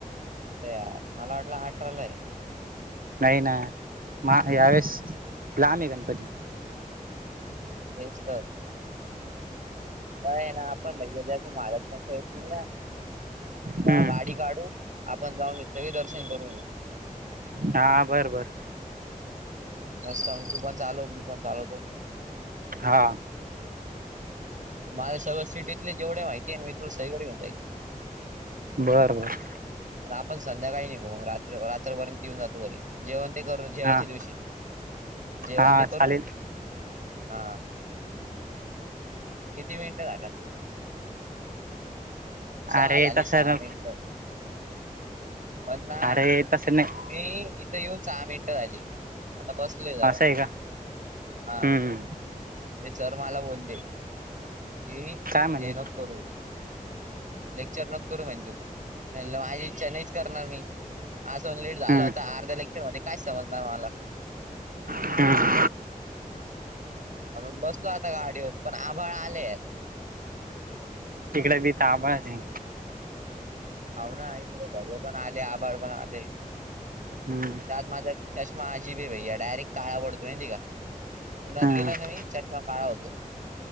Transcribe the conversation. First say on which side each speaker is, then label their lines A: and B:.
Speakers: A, on the right (about 60°); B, on the right (about 75°).
A: ते मला वाटलं आठराला आहे
B: नाही ना मा यावेळेस लालामी गणपती
A: तेच का ना आपण नाही ज्या तू माारक नाही खेळतील ना त्या
B: हम्म
A: गाडी काढू आपण जाऊन सगळे दर्शन करून घऊ
B: हा बर बर
A: मस्तग तू पण चालू मी पण चालवतो
B: हा
A: माला सगळर सिटीतले जेवढे माहितीय मी तुला सयगर घऊन जाई.
B: बर बर
A: आपण संध्याकाळी निघो मग रात्र रात्रपर्यंत येऊन जातो घरी जेवण ते करू जेवायच्या
B: हा
A: दिवशी जेवण
B: हा
A: ते
B: चालेल
A: करू हाती वेट झाला सहा
B: अरे
A: झाली
B: तसं
A: सहा
B: न
A: मिनिटं पणना
B: अरे तसं नाही
A: मी इथं येऊन सहा मिनटं झाली आता बसलय जरा
B: असं आहे का
A: हा
B: हम्म
A: ते सर मला बोलते ह नेनकर
B: काय म्हणे
A: लेक्चर नक करू म्ह तू माझ चेन्ईच करणार मी असं लेट झालं
B: हम्म
A: होता अर्ध्या लेक्चर मध्ये कायच समजणार मला
B: ह
A: म्हणून बसलो आता गाडीवर पण आभाळ आले आहेत
B: तिकड ती तांबळच आहे
A: होा ना क धग पण आले आभड पण आले
B: हम्म
A: त्यात माझा चष्मा अजिबी भैया डायरेक्ट काळा पडतोय त का मुरात
B: हम्म
A: गेलो ना मी चष काळा होतो